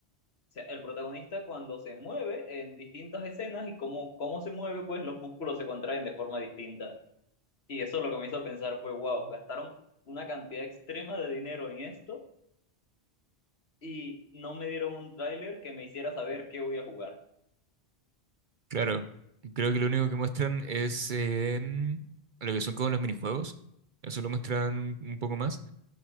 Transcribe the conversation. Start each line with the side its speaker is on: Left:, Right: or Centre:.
Left: sea, el protagonista cuando se mueve en distintas escenas y cómo, cómo se mueve, pues los músculos se contraen de forma distinta. Y eso lo que me hizo pensar fue, wow, gastaron una cantidad extrema de dinero en esto y no me dieron un tráiler que me hiciera saber qué voy a jugar.
Right: claro, creo que lo único que muestran es em, lo que son como los minijuegos. Eso lo muestran un poco más.